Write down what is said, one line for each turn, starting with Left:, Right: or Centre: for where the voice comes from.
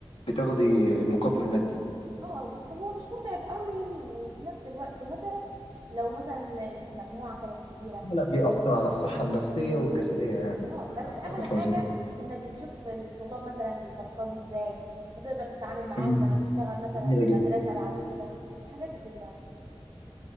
Left: بتاخدي مقابل مادي
Right: اه بس هو مش متعب قوي وفي نفس الوقت متعب لو مثلا المجموعة كانت كبيرة
Left: لا لا بيأثر على الصحة النفسية والجسدية يعني
Right: اه
Left: ما,
Right: بس أحلى
Left: ما ما تهزريش
Right: حاجة إنك بتشوف الطلاب مثلا بيفكروا ازاي هتقدر تتعامل معاهم
Left: مم.
Right: لما تشتغل مثلا
Left: جميلة
Right: في مدرسة
Left: جدا
Right: بعد كده الحاجات دي كلها